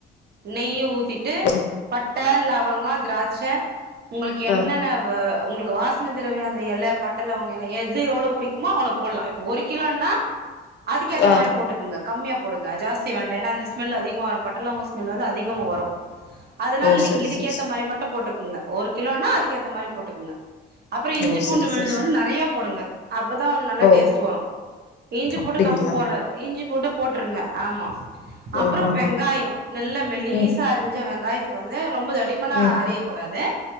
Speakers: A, on the right; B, on the left.
A: நெய் ஊத்திட்டு
B: ஆ
A: பட்டை லவ் வங்க திராட்சை உங்களுக்கு
B: ஆ
A: என்னென்ன உங்களுக்கு வாசன திரவிய அந்த எலை பட்ட லவங்கலா எது எவ்வளவு புடிக்குமோ அவ்ளோ போட்லா இப்ப ஒரு கிலோன்னா அதுக்கேத்த
B: ஆ
A: மாரி போட்டுக்குங்க கம்மியா போடுங்க ஜாஸ்தி வேண்டா ஏன்னா அந்த ஸ்மெல் அதிகமா வரு பட்டலவங்க ஸ்மெல் வந்து அதிகமா வரு அதுனால
B: ஓ
A: நீங்க
B: சரி
A: இதுக்கேத்த
B: சரி சரி
A: மாரி மட்டும் போட்டுக்குங்க ஒரு கிலோனா அதுக்கேத்த மாரி போட்டுக்குங்க அப்புறோ இஞ்சி
B: ஓ
A: பூண்டு
B: சரி
A: விழுது
B: சரி சரி
A: வந்து நறைய போடுங்க அப்போதா வந்து நல்ல
B: ஓ
A: டேஸ்ட் வரு இஞ்சி
B: அப்டிங்களா
A: பூண்டு கம்மி போடுறது இஞ்சி பூண்டு போட்டுருங்க ஆமா அப்புற
B: ஆஹஹ
A: வெங்காயோ நல்ல மெலிசா
B: ம்
A: அரிஞ்ச வெங்காயத்தை வந்து ரொம்ப தடிமனா
B: ம்
A: அரியக் கூடாது